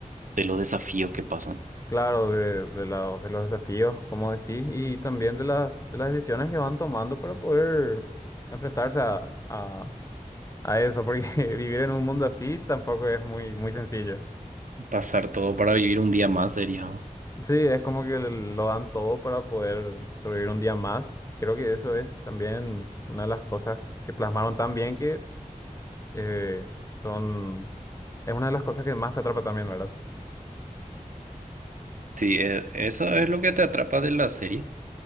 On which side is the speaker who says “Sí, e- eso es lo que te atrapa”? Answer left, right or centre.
Right